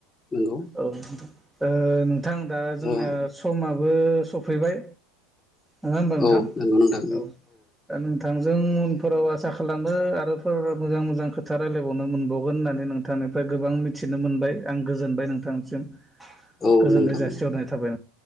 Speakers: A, on the left (about 25°); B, in the centre.
A: नंगौ
B: औ ओ नोंथां दा जोंनिया
A: ओ
B: समाबो सफैबाय नङा होमबा नोंथां
A: औ नंगौ नोंथां
B: औ दा नोंथांजों उनफोराव आसा खालामो आरो फोर मोजां मोजां खोथा रायलायबावनो मोनबावगोन होननानै नोंथांनिफ्राय गोबां मिथिनो मोनबाय आं गोजोनबाय नोंथां। नोंथांनिसिम
A: औ
B: गोजोननाय
A: नोंथां
B: जासिहरनाय थाबाय